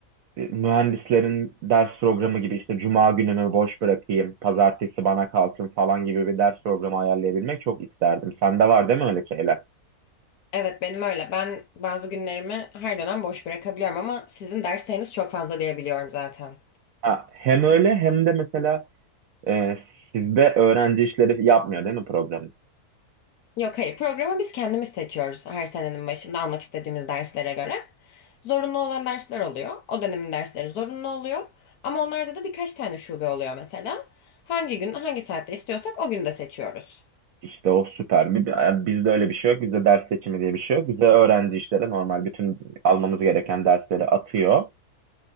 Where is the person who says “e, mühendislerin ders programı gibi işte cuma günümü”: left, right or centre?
Right